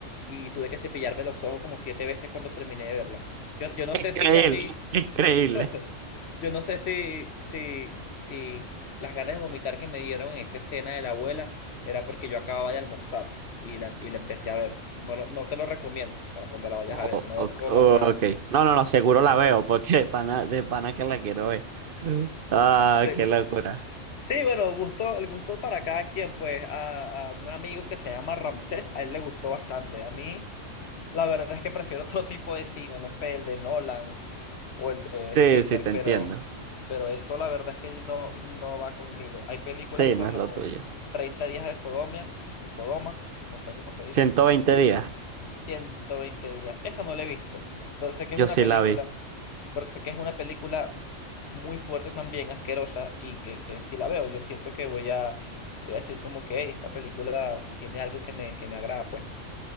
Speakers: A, on the left; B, on the right.
A: y tuve que cepillarme los ojos como siete veces cuando terminé de verla. Yo, yo no
B: Increíble,
A: sé si casi...
B: increíble.
A: <laughs> Yo no sé si, si, si las ganas de vomitar que me dieron en esa escena de la abuela era porque yo acababa de almorzar y la, y la empecé a ver. No, lo- no te lo recomiendo para cuando la vayas
B: O-
A: a ver, no
B: o-
A: comas
B: o-
A: nada.
B: ok. No, no, no, seguro la veo, porque de pana, de pana que la quiero ver. Ah,
A: Segu-
B: qué locura.
A: <laughs> Sí, bueno, gusto, el gusto para cada quien, pues a, a un amigo que se llama Ramsés, a él le gustó bastante. A mí La verdad es que prefiero <laughs> otro tipo de cine, no sé, el de Nolan o el de
B: Sí,
A: Spielberg,
B: sí, te entiendo.
A: pero, pero eso la verdad es que no, no va conmigo. Hay películas
B: Sí,
A: como
B: no es lo tuyo.
A: 30 días de Sodomia, de Sodoma, no sé cómo se dice,
B: 120 días.
A: 120 días. Esa no la he visto, pero sé que
B: Yo
A: es una
B: sí
A: película,
B: la vi.
A: pero sé que es una película muy fuerte también, asquerosa, y que, que si la veo yo siento que voy a, voy a decir como que "Ey, esta película tiene algo que me, que me agrada, pues.